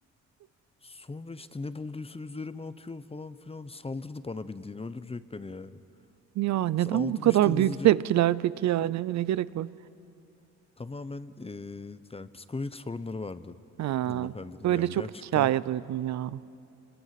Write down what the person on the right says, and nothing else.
Ya neden
bu kadar
büyük tepkiler peki yani? Ne gerek var?
Ha,
böyle
çok
hikaye duydum ya.